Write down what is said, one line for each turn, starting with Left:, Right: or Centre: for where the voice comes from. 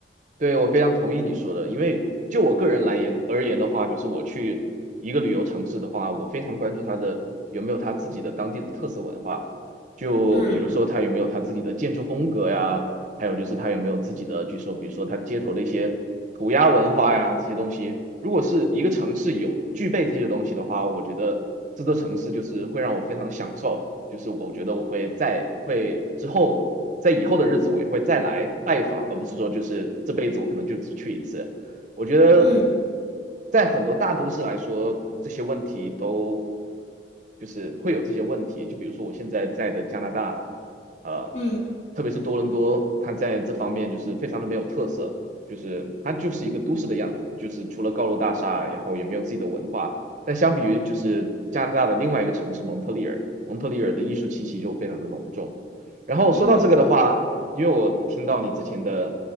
Right: 对，我非常同意你说的，因为就我个人来言而言的话，就是我去一个旅游城市的话，我非常关注它的有没有它自己的当地的特色文化，就比如说它有没有它自己的建筑风格呀，
Left: 嗯
Right: 还有就是他有没有自己的，据说比如说他街头的一些涂鸦文化呀这些东西，如果是一个城市有具备这些东西的话，我觉得这座城市就是会让我非常享受，就是我觉得我会再会之后在以后的日子我也会再来拜访，而不是说就是这辈子我可能就只去一次。我觉得
Left: 嗯
Right: 在很多大都市来说，这些问题都就是会有这些问题，就比如说我现在在的加拿大，呃。
Left: 嗯
Right: 特别是多伦多，它在这方面就是非常的没有特色，就是它就是一个都市的样子，就是除了高楼大厦，然后也没有自己的文化。但相比于就是加拿大的另外一个城市蒙特利尔，蒙特利尔的艺术气息就非常的浓重。然后说到这个的话，
Left: 嗯
Right: 因为我听到你之前的，